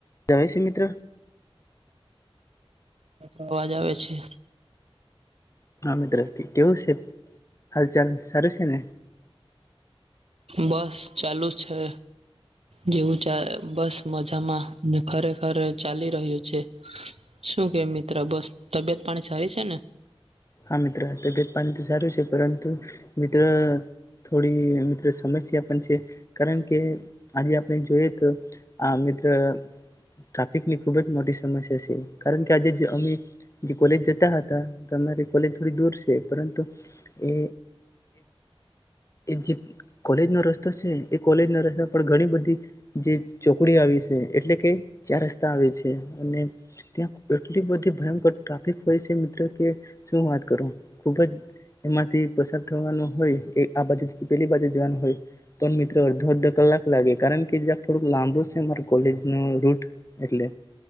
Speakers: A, on the left; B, on the right.
A: જય છે મિત્ર.
B: અવાજ આવે છે.
A: હા મિત્ર કેવું છે. હાલચાલ સરસને.
B: બસ ચાલુ છે જેવું ચા બસ મજામાં ખરેખર ચાલી રહ્યું છે શું કે મિત્ર બસ તબિયત પાણી સારી છે ને.
A: હા મિત્ર તબિયત પાણી તો સારું છે પરંતુ મિત્ર થોડી મિત્ર સમસ્યા પણ છે કારણ કે આજે આપણે જોઈએ તો આ મિત્ર ટ્રાફિકની ખુબ જ મોટી સમસ્યા છે કારણ કે આજે અમે જે કોલેજ જતા હતા કોલેજ થોડી દૂર છે પરંતુ એ જે કોલેજનો રસ્તો છે એ કોલેજ ના રસ્તા પર ઘણી બધી જે ચોકડી આવી છે એટલે કે ચાર રસ્તા આવે છે અને ત્યાં એટલી બધી ભયંકર ટ્રાફિક હોય છે મિત્ર કે. શું વાત કરું ખુબ જ એમાંથી પસાર થવાનું હોય એ આ બાજુથી પેલી બાજુ જવાનું હોય પણ મિત્ર અડધો અડધો કલાક લાગે કારણ કેક થોડુંક લાંબુ છે મા કોલેજ ન રૂટ એટલે